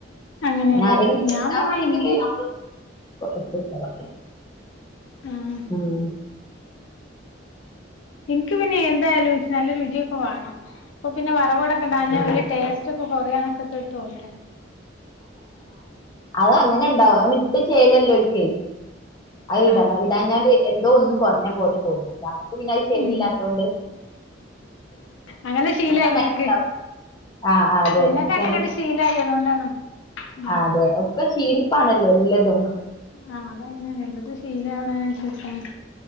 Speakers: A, on the left (about 80°); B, on the left (about 20°).
A: അങ്ങനെയല്ലേ
B: പിന്നെ ആരെങ്കിലുക്കെ
A: ഞാൻ
B: ഉണ്ടാവാണെങ്കിൽ
A: പിന്നെ ഇൻ
B: നമ്മള് <unintelligible>
A: ആഹ് എനിക്ക് പിന്നെ എന്തായാലും നല്ല രുചിയൊക്കെ വേണം അപ്പൊ പിന്നെ വറവോടൊക്കെ ടാഞ്ഞാ വലിയ ടേസ്റ്റ് റ്റൊക്കെ കൊറയാനൊക്കെ ഒരു തോന്നല്ല്
B: അത് അങ്ങനെ ഇണ്ടാവും അത് അതിട്ട് ചെല്ലല്ലോൽ ക്കെയ്. അത് ഇടണം
A: ആഹ്
B: ഇടാഞ്ഞ എന്തോ ഒന്ന്. കൊറഞ്ഞ പോലെ തോന്നും ഞങ്ങക്ക് പിന്നെ അത് ശിലില്ലാത്തൊണ്ട്.
A: ഉം അങ്ങനെ ശീലായി
B: നന്നായിട്ട്
A: ഇങ്ങക്ക്.
B: ഉണ്ടാക്കും ആ ആ, അതെ
A: ഇങ്ങക്ക്
B: ഞങ്ങൾക്ക്
A: അങ്ങനെ ആണ് ശീലായി അതോണ്ടാണ്. ഉം
B: ആഹ് അതെ ഒക്കെ ശീലിപ്പാണല്ലോ എല്ലതും.
A: ആഹ് അതങ്ങനെയാണ് എല്ലതും ശീലാവണതനുസരിച്ചാണ്.